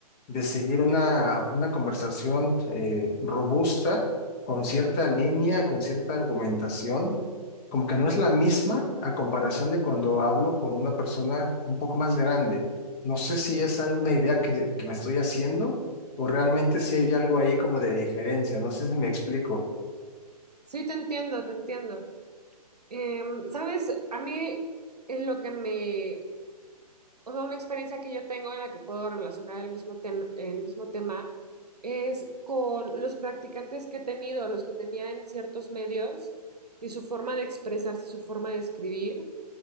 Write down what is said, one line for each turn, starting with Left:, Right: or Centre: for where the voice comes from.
Left: de seguir una, una conversación eh, robusta, con cierta línea, con cierta argumentación, como que no es la misma a comparación de cuando hablo con una persona un poco más grande. No sé si es alguna idea que, que me estoy haciendo o realmente si hay algo ahí como de diferencia, no sé si me explico.
Right: Sí, te entiendo, te entiendo. Em, ¿sabes? A mí es lo que me O sea, una experiencia que yo tengo en la que puedo relacionar el mismo, ten- el mismo tema es con los practicantes que he tenido, los que tenía en ciertos medios y su forma de expresarse, su forma de escribir